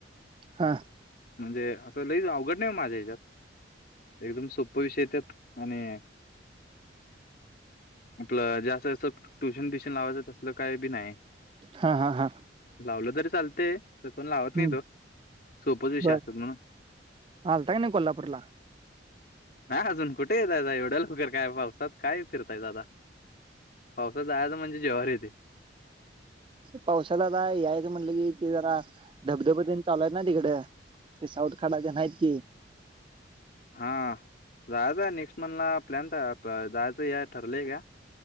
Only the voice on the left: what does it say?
म्हणजे असं लईच अवघड नाही माझ्या या्याच्यात एकदम सोप्प विषय त्यात आणि आपलं जस्ं अस ट्युशन फ्युशन लावायचं तलं काही बी नाही
लावलं तरी चालत तर पण लावत नाही
तो सोपच विषय
असतात म्हणा
नाही अजून कुठे येतय एवढ्या लोकर काय पावसात काय फिरताय दादा पावसाातय तर म्हणजे जेहर येते
हा जायचं आहे नेक्स्ट मंथला प्लॅन तर जायचं हे ठरलंय का